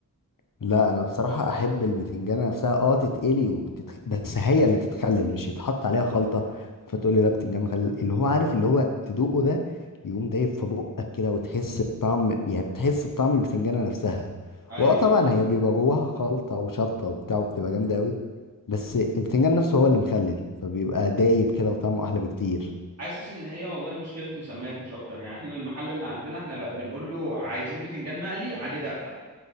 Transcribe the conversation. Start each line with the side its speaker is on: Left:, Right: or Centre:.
Left: لا انا بصراحه احب البتنجانه نفسها اه تتقلي وتتخ... بس هي اللي تتخلل مش يتحط عليها خلطه فتقول لي لا بتنجان مخلل اللي هو عارف اللي هو تدوقه ده يقوم دايب في بقك كده وتحس بطعم يعني بتحس بطعم البتنجانه نفسها
Right: ايوه
Left: واه طبعا هي بيبقى جواها خلطه وشطه وبتاع وبتبقى جامده قوي بس البتنجان نفسه هو اللي مخلل فبيبقى دايب كده وطعمه احلى بكتير
Right: حاسس ان هي والله مشكله مسميات مش اكتر يعني احنا المحل اللي عندنا احنا بقى بنقول له عايزين بتنجان مقلي عليه دقه